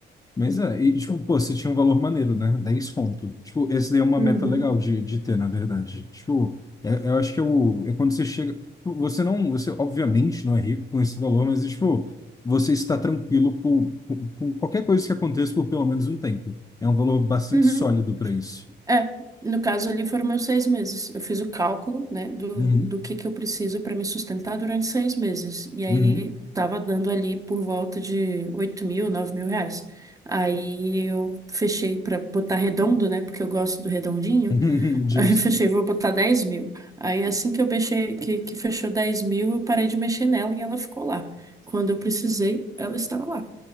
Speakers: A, on the left (about 15°); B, on the right (about 15°).
A: Mas é, e tipo, pô, você tinha um valor maneiro, né? dez conto. Tipo, esse daí é uma
B: Uhum.
A: meta legal de, de ter, na verdade. Tipo, é- eu acho que é o. É quando você chega. Você não. Você, obviamente, não é rico com esse valor, mas, tipo, você está tranquilo por, por, por qualquer coisa que aconteça por pelo menos um tempo. É um valor bastante
B: Uhum.
A: sólido para isso.
B: É, no caso ali foram meus seis meses. Eu fiz o cálculo, né, do,
A: Uhum.
B: do que que eu preciso para me sustentar durante seis meses. E aí
A: Uhum.
B: tava dando ali por volta de oito mil, nove mil reais. Aí eu fechei para botar redondo, né, porque eu gosto do redondinho.
A: <laughs> Justo.
B: <laughs> Aí eu fechei, vou botar 10 mil. Aí assim que eu mexei, que, que fechou 10 mil, eu parei de mexer nela e ela ficou lá. Quando eu precisei, ela estava lá.